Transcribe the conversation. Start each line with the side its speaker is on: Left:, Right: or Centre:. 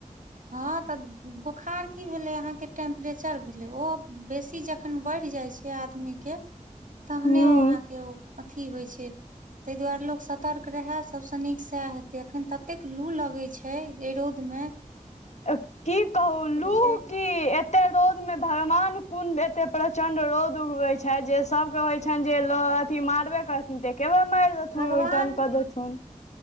Right: हँ तऽ बोखार की भेलै अहाँके टेम्प्रेचर भेलै ओ, बेसी जखन बढ़ि जाइ छै आदमीके तहने
Left: हूँ
Right: ओ अहाँके ओ, अथी होइ छै तहि दुआरे लोक सतर्क रहै सबस नीक सैह हेतै, अखन ततेक लू लगे छै एहि रौंद मे
Left: ए की कहू लू
Right: छै
Left: की एत्ते रौंद में भगवान कोन एत्ते प्रचंड रौंद उगबै छैथ, जे सब के होय छैन जे ल अथी मारबे करथिन, तऽ एके बेर मारि देथुन
Right: भगवान
Left: उलटन कऽ देथुन।